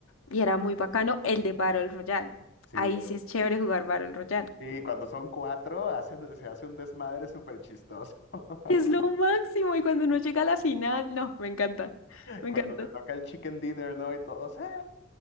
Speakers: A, on the left (about 85°); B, on the left (about 55°).
A: y era muy bacano el de Battle Royale.
B: Sí,
A: Ahí
B: es
A: sí
B: que-
A: es chévere jugar Battle Royale.
B: sí, cuando son cuatro, hacen- se hace un desmadre súper chistoso. <laughs>
A: Es lo máximo y cuando uno llega a la final, no, me encanta, me
B: Cuando
A: encanta.
B: te toca el chicken dinner, ¿no? Y todos, ¡eh!